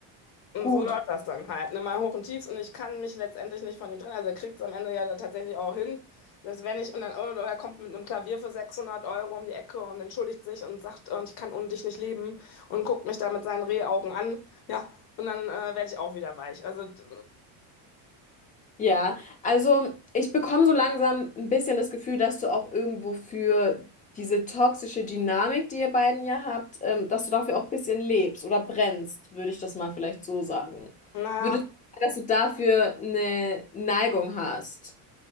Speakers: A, on the left; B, on the left.
A: Und
B: gut.
A: so läuft das dann halt. Ne? Mal hoch und tiefs und ich kann mich letztendlich nicht von ihm trennen. Also er kriegt es am Ende ja dann tatsächlich auch hin. Das wenn ich und dann, oder er kommt mit einem Klavier für 600 Euro um die Ecke und entschuldigt sich und sagt, und ich kann ohne dich nicht leben und guckt mich da mit seinen Rehaugen an. Ja, und dann äh, werde ich auch wieder weich. Also, d-
B: Ja, also ich bekomme so langsam ein bisschen das Gefühl, dass du auch irgendwo für diese toxische Dynamik, die ihr beiden ja habt, ähm, dass du dafür auch ein bisschen lebst oder brennst, würde ich das mal vielleicht so sagen.
A: naja,
B: Würdest du sagen, dass du dafür eine Neigung hast?